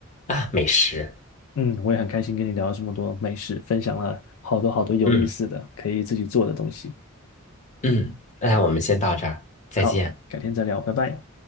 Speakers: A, on the left; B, on the left.
A: 啊美食。
B: 嗯，我也很开心跟你聊了这么多美食，分享了好多好多有意思的，
A: 嗯
B: 可以自己做的东西。
A: 嗯，那我们先到这儿，再见。
B: 好，改天再聊，拜拜。